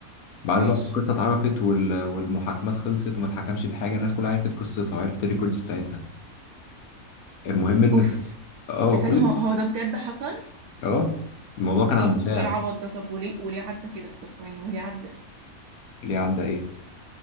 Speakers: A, on the left; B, on the right.
A: بعد
B: ماشي
A: ما القصه اتعرفت وال- والمحاكمات خلصت وما اتحكمش بحاجه الناس كلها عرفت قصتها وعرفت الريكوردز بتاعتها المهم ان
B: اوف
A: في- <laughs> اه
B: ثانية
A: كل
B: هو هو ده بجد حصل
A: اه الموضوع كان عن
B: ايه
A: مشاع
B: إيه العبط ده طب وليه وليه عدى كده طب ثانية وليه عدى
A: ليه عدى ايه